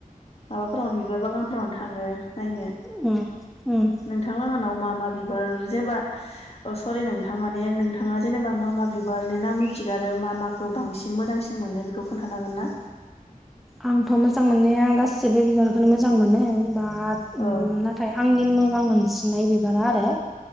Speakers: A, on the left; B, in the centre.
A: माबाफोरावनो बिबार बागानफोरावनो थाङो नायनो
B: उम उम
A: नोंथांलाहानाव मा मा बिबार जेनेबा अ सरि नोंथां माने नोंथाङा जेनेबा मा मा बिबारनि नाम मिथिगो आरो मा माखौ बांसिन मोजांसिन मोनो बेखौ खोन्थानो हागोन ना
B: आंथ' मोजां मोननाया गासैबो बिबारखौनो मोजां मोनो बाट उम
A: औ
B: ना नाथाय आंनि मोजां मोनसिननाय बिबारा आरो